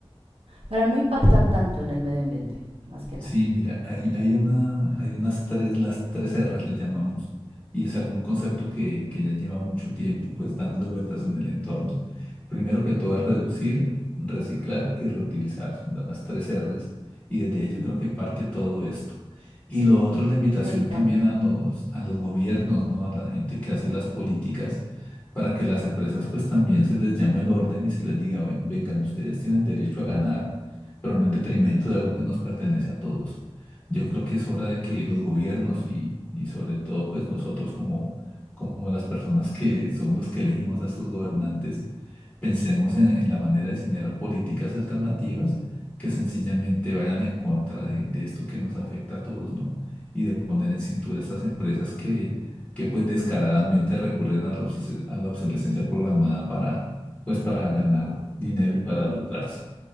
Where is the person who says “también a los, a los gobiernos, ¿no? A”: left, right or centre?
Left